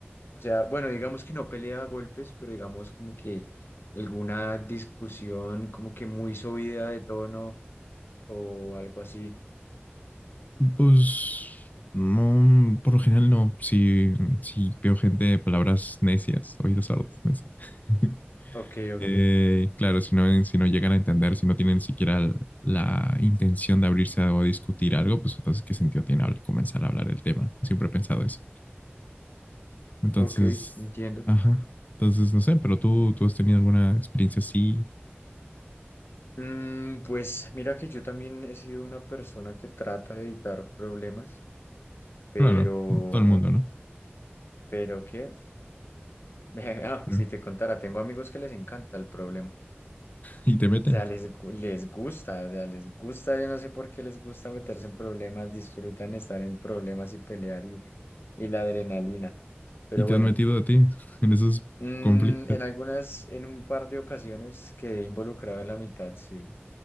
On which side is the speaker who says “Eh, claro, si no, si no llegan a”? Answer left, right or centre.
Left